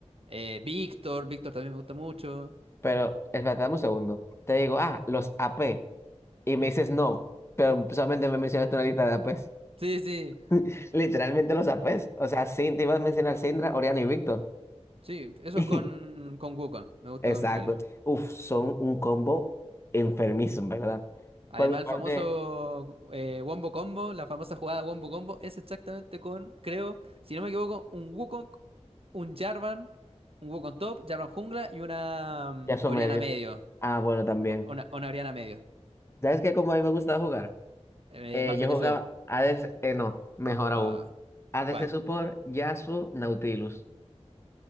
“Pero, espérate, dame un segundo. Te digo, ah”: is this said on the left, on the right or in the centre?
Left